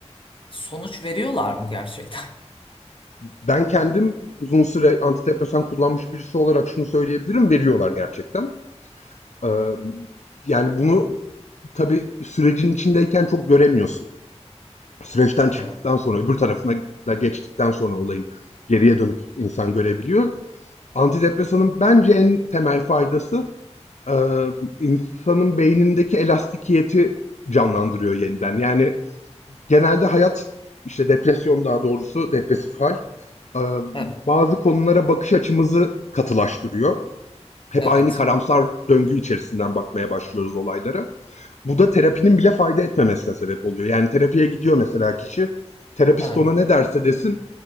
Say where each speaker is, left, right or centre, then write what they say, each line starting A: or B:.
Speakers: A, on the left; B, on the left.
A: Sonuç veriyorlar mı gerçekten?
B: Ben kendim uzun süre antidepresan kullanmış birisi olarak şunu söyleyebilirim, veriyorlar gerçekten. Ee, yani bunu tabii sürecin içindeyken çok göremiyorsun. Süreçten
A: <laughs>
B: çıktıktan
A: Evet.
B: sonra, öbür tarafına da geçtikten sonra olayın geriye dönüp insan görebiliyor. Antidepresanın bence en temel faydası eee, insanın beynindeki elastikiyeti canlandırıyor yeniden. Yani genelde hayat, işte depresyon daha doğrusu, depresif hal, eee,
A: Evet.
B: bazı konulara bakış açımızı katılaştırıyor. Hep
A: Evet.
B: aynı karamsar döngü içerisinden bakmaya başlıyoruz olaylara. Bu da terapinin bile fayda etmemesine sebep oluyor. Yani terapiye gidiyor mesela kişi, terapist
A: Evet.
B: ona ne derse desin,